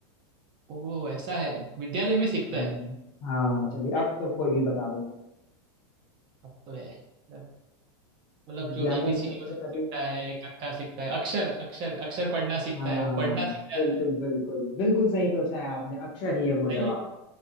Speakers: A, on the right; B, on the left.
A: वो ऐसा है विद्यालय में सीखता
B: हाँ
A: है
B: हाँ चलिए
A: But
B: अब तो कोई भी बता देगा
A: अब तो है मतलब मतलब
B: विद्यालय
A: जो ए बी
B: में
A: सी
B: सबसे
A: डी वो सब
B: पहले
A: सीखता है कक्का सीखता है अक्षर अक्षर अक्षर पढ़ना सीखता
B: हाँ
A: है वो पढ़ना सीख जाता
B: बिल्कुल
A: है
B: बिल्कुल बिल्कुल सही सोचा है आपने अक्षर ही है वो जवाब
A: सही है